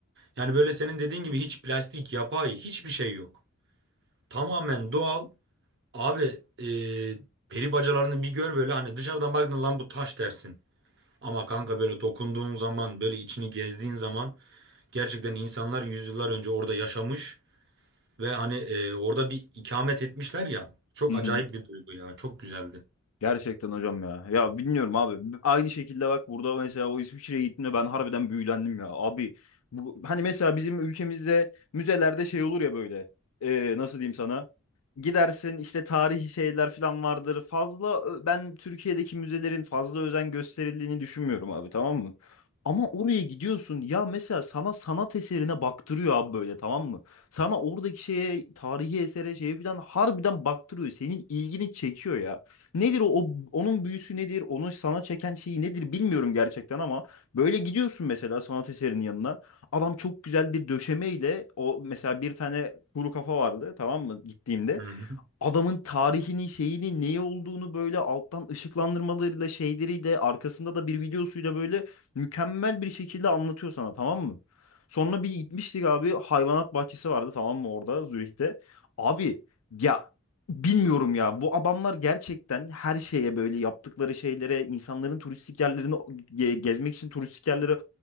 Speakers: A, on the right; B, on the left.
A: Yani böyle senin dediğin gibi hiç plastik, yapay hiçbir şey yok. Tamamen doğal. Abi e, peri bacalarını bir gör böyle hani dışarıdan baktığında lan bu taş dersin. Ama kanka böyle dokunduğun zaman, böyle içini gezdiğin zaman gerçekten insanlar yüzyıllar önce orada yaşamış. Ve hani e, orada bir ikamet etmişler ya. Çok
B: Hı hı.
A: acayip bir duygu ya. Çok güzeldi.
B: Gerçekten hocam ya. Ya bilmiyorum abi. Aynı şekilde bak burada mesela o İsviçre'ye gittiğimde ben harbiden büyülendim ya. Abi bu hani mesela bizim ülkemizde müzelerde şey olur ya böyle. Ee, nasıl diyeyim sana? Gidersin işte tarihi şeyler falan vardır. Fazla ö- ben Türkiye'deki müzelerin fazla özen gösterildiğini düşünmüyorum abi tamam mı? Ama oraya gidiyorsun ya mesela sana sanat eserine baktırıyor abi böyle tamam mı? Sana oradaki şeye tarihi esere şeye falan harbiden baktırıyor. Senin ilgini çekiyor ya. Nedir o, o- onun büyüsü nedir? Onu sana çeken şeyi nedir bilmiyorum gerçekten ama böyle gidiyorsun mesela sanat eserinin yanına. Adam çok güzel bir döşemeyle o mesela bir tane kuru kafa vardı tamam mı gittiğimde
A: Hı hı.
B: adamın tarihini, şeyini, neyi olduğunu böyle alttan ışıklandırmalarıyla, şeyleriyle, arkasında da bir videosuyla böyle mükemmel bir şekilde anlatıyor sana tamam mı? Sonra bir gitmiştik abi hayvanat bahçesi vardı tamam mı orada Zürih'te. Abi ya bilmiyorum ya bu adamlar gerçekten her şeye böyle yaptıkları şeylere insanların turistik yerlerini ge- gezmek için turistik yerlere